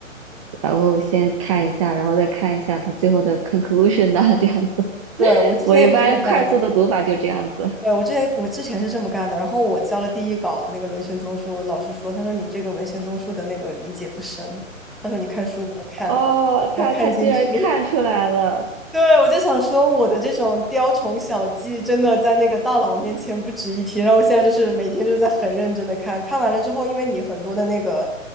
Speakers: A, on the right; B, in the centre.
A: 然后先看一下，然后再看一下他最后的 conclusion 呐、这样子。
B: 对，
A: <laughs>
B: 我之前也是这么干的。
A: 我一般快速的读法就这样子。
B: 对，我之前我之前是这么干的，然后我交了第一稿的那个文献综述，老师说，他说你这个文献综述的那个理解不深，他说你看书你要看，
A: 哦，
B: 要看进去。
A: 他他居然看出来了，
B: 对，我就想说，我的这种雕虫小技，真的在那个大佬面前不值一提。然后我现在就是每天就在很认真的看，看完了之后，因为你很多的那个